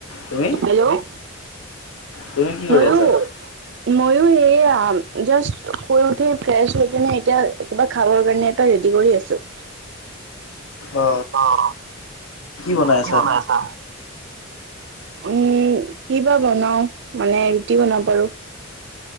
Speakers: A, on the left (about 85°); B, on the right (about 60°).
A: তুমি
B: হেল্ল'
A: তুমি কি
B: মইও।
A: কৰি আছা
B: ময়ো এয়া জাষ্ট শুই উঠি ফ্ৰেছ হৈ কিনে এতিয়া কিবা খাবৰ কাৰণে ৰেডি কৰি আছোঁ। অ',
A: অ
B: অ'।
A: বনাই আছা
B: কি বনাইছা? উম, কি বা বনাও মানে ৰুটি বনাব পাৰো।